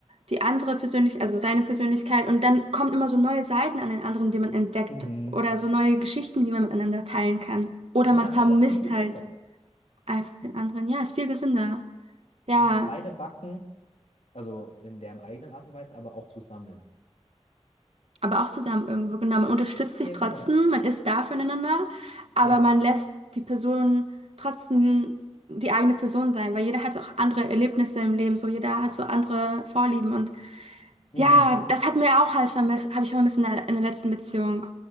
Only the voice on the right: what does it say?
die andere Persönlich, also seine Persönlichkeit und dann kommen immer so neue Seiten an den anderen, die man entdeckt
oder so neue Geschichten, die man miteinander teilen kann. Oder
man vermisst
halt einfach den anderen. Ja, ist viel gesünder. Ja,
aber auch zusammen irgendwo. Genau, man unterstützt sich
trotzdem,
man ist da füreinander, aber
man lässt die Person trotzdem die eigene Person sein, weil jeder hat auch andere Erlebnisse im Leben, so jeder hat so andere Vorlieben und
ja, das hat mir auch halt vermisst, habe ich vermisst in der, in der letzten Beziehung.